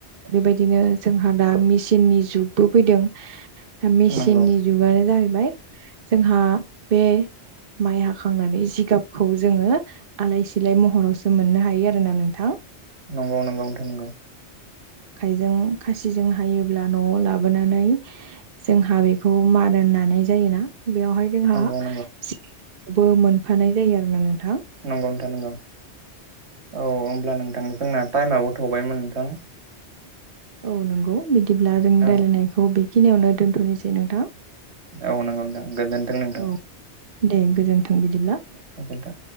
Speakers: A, on the right; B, on the right.
A: बेबायदिनो जोंहा दा मेचिननि जुगबो फैदों दा मेसिननि
B: नंगौ
A: जुगानो जाहैबाय जोंहा बे माइ हाखांनानै जिगाबखौ जोङो आलाय सिलाय महरावसो मोननो हायो आरोोना नोंथां
B: नंगौ नंगौथ नंगौ
A: आखायजों खासिजों हायोब्ला न'आव लाबोनानै जोंहा बेखौ मान नानाय जायोना बेवहाय जोंहा
B: नंगौ
A: सिबो मोनफानाय जायो आरो ना नोंथां
B: नंगौ नथा नंगौ औ होमब्ला नों नोंथां जोंना टाइमआबो थौबायमोन नोंथां
A: औ नंगौ बिदिब्ला जोंनि
B: औ
A: रायलायनायखौ बेखिनियावनो दोन्थ'नोसै नोंथां
B: औ नंगौदां गोजोनथों नोंदोंां
A: औ दे गोजोन्थों बिदिब्ला
B: बेग दा